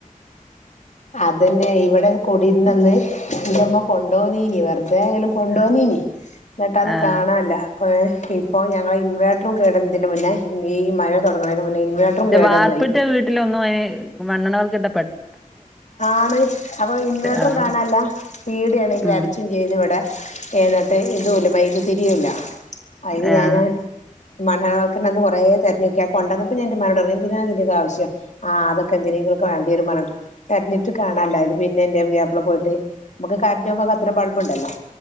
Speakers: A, on the left; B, in the centre.
A: അതെന്നെ. ഇവിടെ ഒരു കൊടീരിൻ്റെ അന്ന്
B: ഉം
A: എൻ്റമ്മ കൊണ്ടോന്നിനി. വെറുതെയായാ ലും കൊണ്ടോന്നീനി.
B: ആഹ്
A: എന്നിട്ടത്
B: ആഹ്
A: കാണാനില്ല ഇപ്പേ. ഇപ്പൊ ഞങ്ങടെ ഇൻവർട്ടറുംകേടാ ഇതിനുമുന്നേ ഈ മഴതൊടങ്ങണേന് മുന്നേ ഇൻവേർട്ടറും
B: ൻ്റെ
A: കേടന്നോയി
B: വാർപ്പിൻ്റെ വീട്ടിലൊന്നും ഈ വണ്ണം ണവക്കിണ്ട പെട്ട്
A: ആണ് അപ്പോഇൻവെട്ടറും
B: ആഹ്
A: കാണാല്ല പീടിയാണെങ്കിൽ
B: ഉം
A: അടച്ചും ചെയ്ത് ഇവിടെ എന്നിട്ട് ഇതുല്ല മൈക് തിരിയുല്ല അയില്ഞാന്
B: ആഹ്
A: മണ്ണെണ്ണ വെളക്ക് ഞന്ന്കുറെ ത്തെരഞ്ഞോക്കി അ കൊണ്ടന്നപ്പംഞാൻ ന്റെ മ്മാനോടർഞ്ഞ് എന്തിനാ തിന്റെ ക്കെ ആവശ്യം ആ അതൊക്കെ എന്തിനെയെങ്കിലും വേണ്ടിവരും തെരഞ്ഞ്ട്ട് കാണാല്ല ആയിലിന്റെ പുത്യാപ്ല പോയിട്ട് മക്ക്കറന്റ് പോകുമ്പോ കത്ത്ണ ബൾബ്ണ്ടല്ലോ